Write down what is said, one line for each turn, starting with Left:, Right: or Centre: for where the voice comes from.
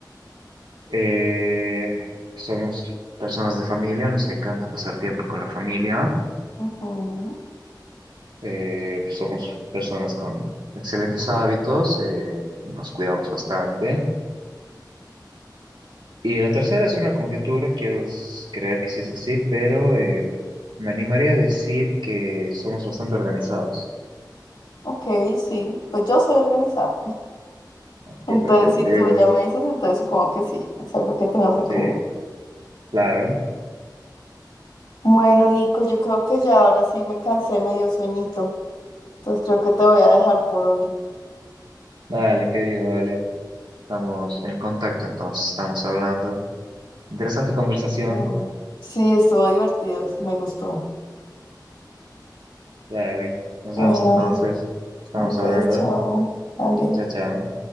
Right: Eh, somos personas de familia, nos encanta pasar tiempo con la familia.
Left: Ujú.
Right: Eh, somos personas con excelentes hábitos, eh, nos cuidamos bastante. Y la tercera es una conjetura, quiero s- creer que sí es así, pero eh, me animaría a decir que somos bastante organizados.
Left: Ok, sí. Pues yo soy organizada.
Right: Ok,
Left: Entonces,
Right: perfecto.
Left: si tú
Right: Digo,
Left: ya me dices, entonces supongo que sí, es algo que tenemos en
Right: sí,
Left: común.
Right: claro.
Left: Bueno, Nico, yo creo que ya ahora sí me cansé, me dio sueñito, entonces creo que te voy a dejar por hoy.
Right: Dale, querido, dale. Estamos en contacto, entonces estamos hablando. Interesante conversación.
Left: De una. Sí, estuvo divertido, me gustó.
Right: Dale, nos
Left: Bueno,
Right: vemos entonces. Estamos
Left: bueno, pues
Right: hablando.
Left: chao, dale.
Right: Chao, chao.